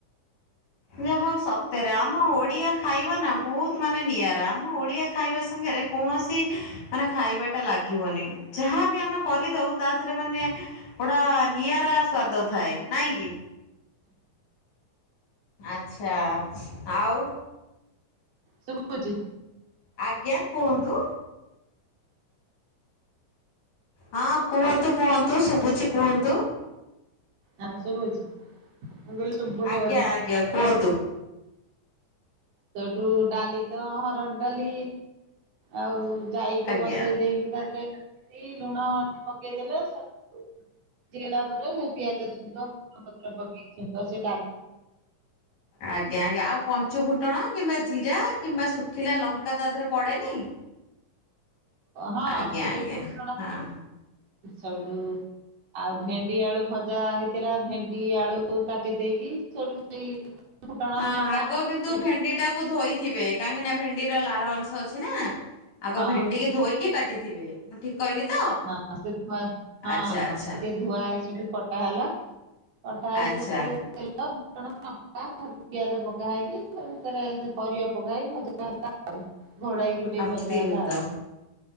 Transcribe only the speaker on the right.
ହ
ସୁବୁଚି
ହଁ ଶୁଭୁଚି ମୁଁ କହିଲି ଶୁଭୁନି
ବୋଧେ।
ସେଇଠୁ ଡାଲି ତ ହରଡ଼ ଡାଲି ଆଉ ଯାଇ ତ
ବସେଇ ଦେଇକି ତା ଦେହରେ ଦି ଲୁଣ ହଲଦୀ ପକେଇ ଦେଲେ ସ ସିଜିଗଲା ପରେ ହେଇ ପିଆଜ ଛୁଙ୍କ ଭେରସୁଙ୍ଗା ପତ୍ର ପକେଇ ଛୁଙ୍କ ସେ ଡାଲି
ହଁ
ସେଇ
ଫୁଟଣ
ସବୁଠୁ ଆଉ ଭେଣ୍ଡି ଆଳୁ ଭଜା ହେଇଥିଲା ଭେଣ୍ଡି ଆଳୁ କାଟି ଦେଇକି ସେଠୁ ସେଇ ଫୁଟଣ,
ଲଙ୍କା
ପିଆଜ
ହଁ
ହଁ ସେ ଧୁଆ ହଁ
ସେ ଧୁଆ ହେଇ ସେଇଠୁ କଟା ହେଲା କଟା ହେଇ
ସୋଉଟୁ ତେଲ, ଫୁଟଣ, ଲଙ୍କା ସ ପିଆଜ ପକା ହେଇକି ଟା ଉପରେ ପରିବା ପକା ହେଇ ଭଜା ଆଉ ଘୋଡାଇ ଘୋଡ଼େଇ
ଭଜା ହେଲା
ଆଉ